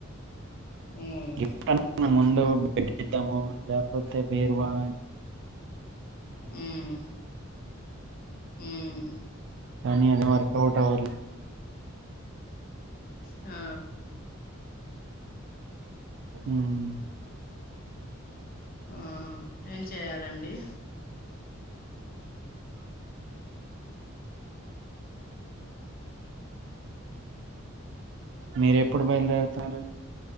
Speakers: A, on the left; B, on the right.
A: మ్మ్
B: గిఫ్ట్ అనుకున్న ముందు బెడ్ ఇద్దాము లేపోతే బీరువా <inaudible>
A: ఉమ్ ఉమ్
B: కానీ అది వర్కౌట్ అవ్వలే
A: ఆ
B: మ్మ్
A: ఆ ఏం చేయాలండి
B: మీర ఎప్పుడు బయలుదేరుతున్నారు